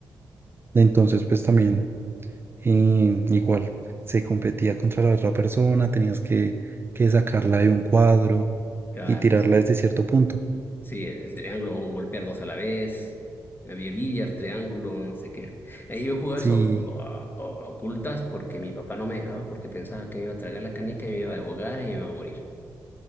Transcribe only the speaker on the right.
Entonces, pues también, eh, igual, se competía contra la otra persona, tenías que, que sacarla de un cuadro
y tirarla desde cierto punto.
Sí,